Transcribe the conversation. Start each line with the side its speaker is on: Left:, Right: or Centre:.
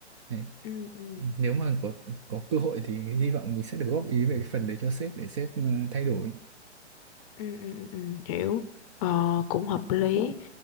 Right: Đấy.
Left: ừ, ừ,
Right: Nếu mà có có cơ hội thì hy vọng mình sẽ được góp ý về cái phần đấy cho sếp để sếp ờ, thay đổi.
Left: ừ, ừ, ừ, ừ, hiểu ờ, cũng hợp lý